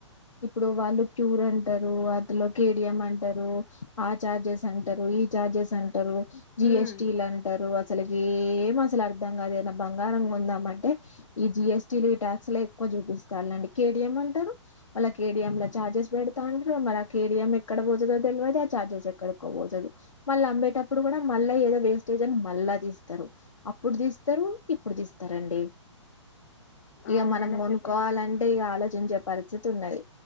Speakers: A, on the left; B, on the left.
A: ఇప్పుడు వాళ్ళు ప్యూర్ అంటారు అందులో కేడిఎం అంటారు ఆ చార్జెస్ అంటారు ఈ ఛార్జెస్ అంట టారు తర్వాత జిఎస్టిలు
B: ఉమ్,
A: అంటారు. అసలుకి ఏం అసలు అర్దం దాని ఏదైనా బంగారం కొందామని అంటే ఈ జిఎస్టీ లు ఈ ట్యాక్స్ లు ఎక్కువ చూపిస్తారులేండి కేడిఎం అంటారు. మళ్ళ కేడిఎంల ఛార్జెస్ పెడతారు. మరి ఆ కేడిఎం ఎక్కడ పోతుదో తెల్వదు ఆ చార్జెస్ ఎక్కడికో పోతది మళ్ళీ అమ్మేటప్పుడు కూడా మళ్ళా ఏదో వేస్టేజ్ అని మళ్ళా తీస్తారు అప్పుడు తీస్తారు ఇప్పుడు తీస్తా రండి. ఇగ
B: అవునండి
A: మనం
B: అసలు
A: కొనుక్కోవాలంటే
B: ఎంత-
A: ఇక ఆలోచించి చెప్పాలి చుతు ఉన్నాయి